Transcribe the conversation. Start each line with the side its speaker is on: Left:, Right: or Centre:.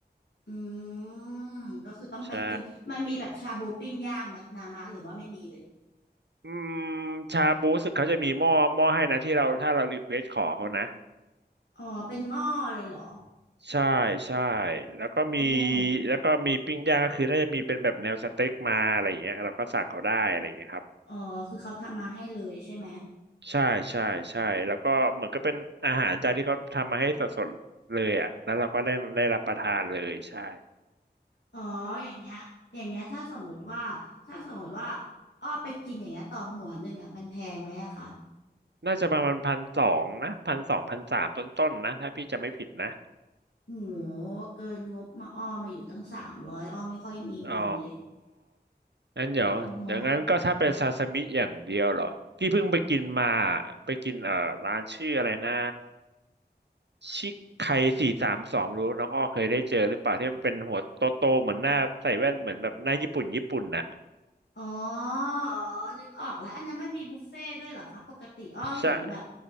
Left: อืมก็คือต้องไปกินมันมีแบบชาบูปิ้งย่างไหมนามะหรือว่าไม่มีเลย
Right: ใช่ อืมชาบูรู้สึกเขาจะมีหม้อหม้อให้นะที่เราถ้าเรารีเควสขอเขานะ
Left: อ๋อเป็นหม้อเลยเหรอ
Right: ใช่ใช่แล้วก็มี
Left: โอ้
Right: แล้วก็มีปิ้งย่างก็คือน่าจะมีเป็นแบบแนวสเต็กมาอะไรอย่างเงี้ยเราก็สั่งเขาได้อะไรอย่างเงี้ยครับ
Left: อ๋อ คือเขาทำมาให้เลยใช่ไหม
Right: ใช่ใช่ใช่แล้วก็เหมือนก็เป็นอาหารจานที่เขาทำมาให้สดๆเลยอ่ะแล้วเราก็ได้ได้รับประทานเลยใช่
Left: อ๋ออย่างเงี้ยอย่างเงี้ยถ้าสมมติว่า ถ้าสมมติว่าอ้อไปกินอย่างเงี้ยต่อหัวหนึ่งอ่ะมันแพงไหมอะคะ
Right: น่าจะประมาณพันสองนะพันสองพันสามต้นๆนะถ้าพี่จะไม่ผิดนะ
Left: โหเกินงบมาอ้อมาอยู่ตั้งสามร้อยอ้อไม่ค่อยมีเงินเลย
Right: อ๋องั้นเดี๋ยวอย่างนั้นก็ถ้าเป็นซาซิมิอย่างเดียวเหรอพี่เพิ่งไปกินมา
Left: อ๋อฮะ
Right: ไปกินเอ่อร้านชื่ออะไรนะชิคไคสี่สามสองรู้น้องอ้อเคยได้เจอหรือเปล่าที่มันเป็นหัวโตโตเหมือนหน้าใส่แว่นเหมือนแบบหน้าญี่ปุ่นญี่ปุ่นน่ะ
Left: อ๋อ อ๋อนึกออกแล้วอันนั้นมันมีบุฟเฟ่ต์ด้วยเหรอคะปกติอ้อเห็นแบบ
Right: ใช่